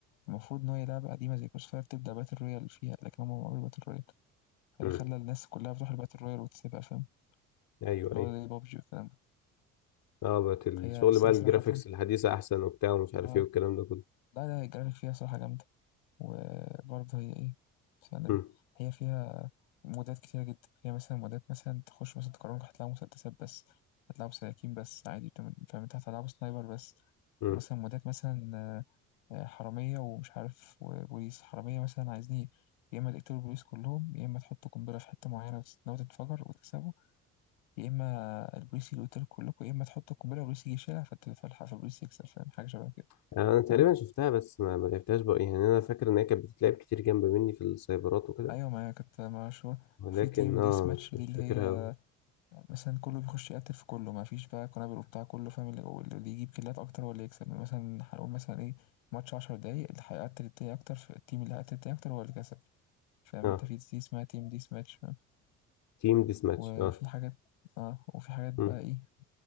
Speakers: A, on the left; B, on the left.
A: المفروض ان هي لعبة قديمة زي كروس فاير تبدأ باتل رويال فيها لكن هم ما عملوا باتل رويال فده
B: مم.
A: خلى الناس كلها بتروح الباتل رويال وتسيبها فاهم
B: ايوه
A: اللي
B: ايوه
A: هو زي بابجي والكلام ده
B: اه بقت الشغل
A: هي بس
B: بقى
A: هي
B: الجرافيكس
A: صراحة
B: الحديثه احسن وبتاع ومش عارف
A: اه
B: ايه والكلام ده كله
A: لا لا الجرافيك فيها صراحة جامدة وبرضه هي ايه بسم الله النبي
B: مم.
A: هي فيها مودات كتيرة جدا فيها مثلا مودات مثلا تخش مثلا تقرنك هتلاقي مسدسات بس هتلاقوا سكاكين بس عادي بتم- فاهم انت هتلعبوا سنايبر بس
B: مم.
A: مثلا مودات مثلا آه، آه، حرامية ومش عارف وبوليس حرامية مثلا عايزين يا إما تقتلوا البوليس كلهم يا إما تحطوا قنبلة في حتة معينة وتتناول تتفجر وتكسبوا يا إما البوليس اللي يقتلوا كلكم يا إما تحطوا القنبلة والبوليس يجي يشيلها فت- فالح- فالبوليس يكسب فاهم حاجة شبه كده
B: يعني انا تقريبا
A: فاهم
B: شفتها بس ما ما لعبتهاش بقى يعني انا فاكر ان هي كانت بتتلعب كتير جنب مني في السايبرات وكده
A: أيوة ما هي كانت مشهورة
B: ولكن
A: في تيم
B: اه
A: ديس ماتش
B: مش
A: دي
B: مش
A: اللي
B: فاكرها
A: هي
B: قوي
A: مثلًا كله بيخش يقتّل في كله، ما فيش بقى قنابل وبتاع، كله فاهم اللي هو اللي يجيب كيلات أكتر هو اللي يكسب، مثلًا هنقول مثلًا إيه ماتش 10 دقايق اللي هيقتّل التاني أكتر ف الteam اللي هيقتّل التاني أكتر هو اللي كسب، فاهم
B: اه
A: أنت في دي اسمها team death match فاهم،
B: تيم ديس ماتش
A: وفي
B: اه
A: حاجات آه، وفي حاجات بقى
B: مم.
A: إيه،